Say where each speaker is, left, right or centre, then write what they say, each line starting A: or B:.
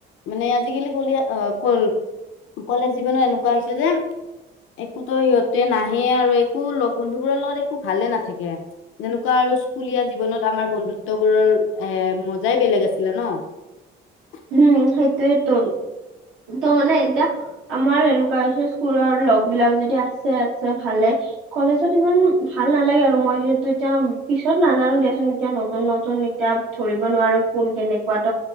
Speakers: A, on the left; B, on the right.
A: মানে আজিকালি কলিয়া- অ' কল- কলেজ জীৱনৰ এনেকুৱা হৈছে যে একোতো সিহঁতে নাহে। আৰু একো লগ-বন্ধুবোৰৰ লগত একো ভালে নাথাকে। এনেকুৱা আৰু স্কুলীয়া জীৱনত আমাৰ বন্ধুত্ব বোৰৰ এ- মজাই বেলেগ আছিলে ন'? <inaudible>
B: উম! সেইটোৱেতো। ত মানে এতিয়া আমাৰ এনেকোৱা হৈছে স্কুলৰ লগ বিলাক যদি আছে আছে ভালে কলেজত ইমান ভাল নালাগে আৰু মই যিহেতু এতিয়া পিছত নাজানো দেিয়াচোন এতিয়া নতুন নতুন এতিয়া ধৰিব নোৱাৰো কোন কেনেকোৱাত